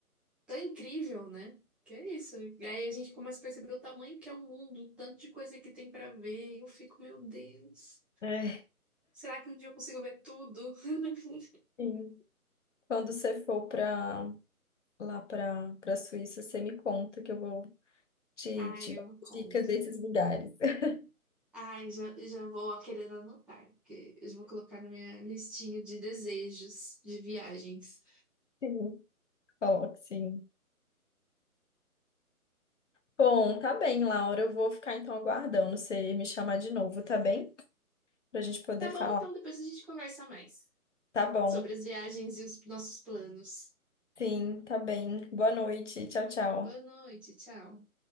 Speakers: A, in the centre; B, on the left.
A: tão incrível, né? Que é isso. E aí a gente começa a perceber o tamanho que é o mundo, o tanto de coisa que tem pra ver. E eu fico, meu Deus,
B: É.
A: será que um dia eu consigo ver tudo? <laughs>
B: Sim. Quando você for pra, lá para para Suíça, você me conta que eu vou Te,
A: Ai,
B: te
A: eu
B: dou
A: conto.
B: dicas desses lugares. <laughs>
A: Ai, já, já vou ó, querendo anotar, porque eu já vou colocar na minha listinha de desejos de viagens.
B: Sim, coloque sim. Bom, tá bem, Laura. Eu vou ficar então aguardando você me chamar de novo, tá bem? Pra gente poder
A: Tá
B: falar.
A: bom, então depois a gente conversa mais
B: Tá bom.
A: sobre as viagens e os nossos planos.
B: Sim, tá bem. Boa noite. Tchau, tchau.
A: Boa noite, tchau.